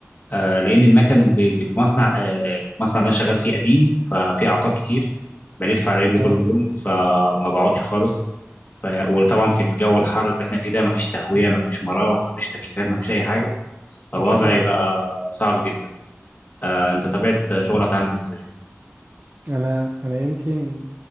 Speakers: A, on the left; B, on the right.
A: آه، لان المكن اللي اللي في المصنع آه، المصنع اللي انا شغال فيه قديم ففي اعطال كتير بلف على رجلي
B: اه
A: طول اليوم فما بقعدش خالص ف... وطبعا في الجو الحر اللي احنا فيه ده مفيش تهويه مفيش مراوح مفيش تكييفات مفيش اي حاجه فالوضع
B: مشكلة
A: يبقى صعب جدا آه، انت طبيعة شغلك عامل ازاي
B: انا انا يمكن